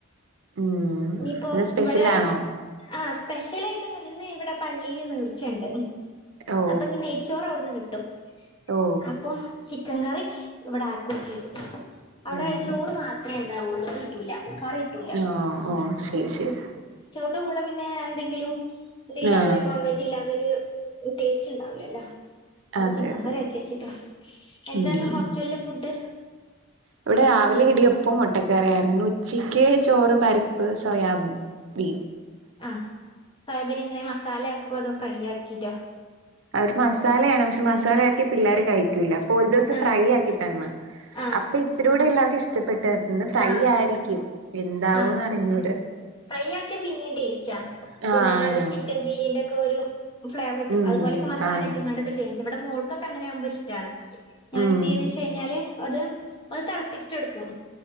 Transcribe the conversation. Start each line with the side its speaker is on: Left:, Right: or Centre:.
Right: ഉം
Left: ഇനിയിപ്പോ
Right: ഇന്ന് സ്പെഷ്യലാണോ
Left: ഇവിടെ ആ സ്പെഷ്യല ന്ന് ഇവിടെ പള്ളിൽ നീർച്ചണ്ട്
Right: ഓ
Left: അപ്പൊ ഇഞ്ഞി നെയ്ച്ചോറ് അവിടുന്ന് കിട്ടും
Right: ഓ
Left: അപ്പൊ ചിക്കൻ കറി ഇവിടെ ആക്കുകയും ചെയ്തു അവിടെ
Right: ഉം
Left: ചോറ് മാത്രേ ഒളതുത്തിട്ടൂല കറിയിട്ടൂല്ല
Right: ഓ ഓ ശരി ശരി
Left: ടെ കൂടെ പിന്നെ എന്തെങ്കിലും ഇതില്ലാതെ
Right: ആ
Left: നോൺവെജ് ഇല്ലാതൊരു ടേസ്റ്റ് ഉണ്ടാവലല്ലോ അപ്പൊ
Right: അതെ
Left: ചിക്കൻ
Right: അതെ
Left: കറിയാക്കി വച്ചിട്ടുണ്ട് എന്താണ്
Right: ഉം
Left: ഹോസ്റ്റലിലെ ഫുഡ്
Right: ഇവിടെ രാവിലെ ഇടിയപ്പോ മുട്ടക്കറി ആയിരുന്നു ഉച്ചയ്ക്ക് ചോറ് പരിപ്പ് സോയാബ ബീൻ
Left: ആ സോയാബീൻ എങ്ങനെ മസാല ആക്കുവ അതോ ഫ്രൈ ആക്കും വിറ്റ
Right: അവര് മസാലയാണ് പക്ഷെ മസാലയാക്കി പിള്ളേര് കഴിക്കൂല്ല അപ്പൊ ഒരു ദിവസം
Left: ആഹ്
Right: ഫ്രൈ ആക്കി തന്ന്
Left: ആഹ്
Right: അപ്പൊ ഇത്രൂടെ എല്ലാവർക്കും ഇഷ്ടം ട്ട് പിന്ന് ഫ്രൈ
Left: ആഹ്
Right: ആയിരിക്കും എന്താവൂന്ന്
Left: ആഹ്
Right: അറിഞ്ഞൂട
Left: ഫ്രൈ ആക്കിയ പിന്നെയും ടേസ്റ്റാ
Right: ആഹ്
Left: പിന്നെ നമ്മള
Right: ആണാണ്
Left: ഒരു ചിക്കൻ ചില്ലീന്റെ കോരും ഫ്ളേവർ ഇട്ടും
Right: ഉം
Left: അതുപോലൊക്കെ മസാല
Right: ആണ്
Left: ഇട്ട്ങ്ങാണ്ടൊക്കെ ചെയ് ഇവിടെ മോൾക്കൊക്കെ അങ്ങനെയാവുമ്പൊ ഇഷ്ടാണ് ഞാനെന്തിയ്യുന്ന്
Right: ഉം
Left: വെച്ച് കഴിഞ്ഞാല് അത് ഒന്ന് തളപ്പിച്ചിട്ട് എടുക്കും